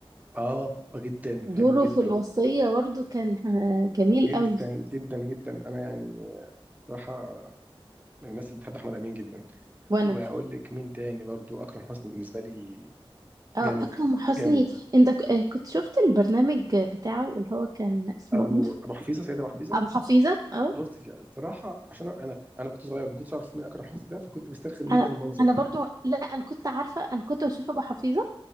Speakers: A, on the right (about 15°); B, on the right (about 40°).
A: اه آه، جدا
B: دوره
A: حلو جدا
B: في الوصية برضه كان آه، جميل
A: جدا
B: قوي
A: جدا جدا انا يعني صراحه من الناس اللي بتحب احمد امين جدا
B: وانا
A: واقول لك مين تاني برضو اكرم حسني بالنسبه لي
B: آه،
A: جامد
B: اكرم حسني
A: جامد
B: انت ك- آه، كنت شفت البرنامج بتاعه اللي هو كان اسمه
A: ابو
B: ايه
A: ابو حفيظه سيد ابو حفيظه
B: ابو حفيظة اه
A: بص يا- الصراحه عشان انا انا أنا كنت صغير ما كنتش اعرف مين اكرم حسني ده فكنت بسترخم جدا
B: انا
A: المنظر
B: انا
A: ده
B: برضو لا انا كنت عارفه انا كنت بشوف ابو حفيظه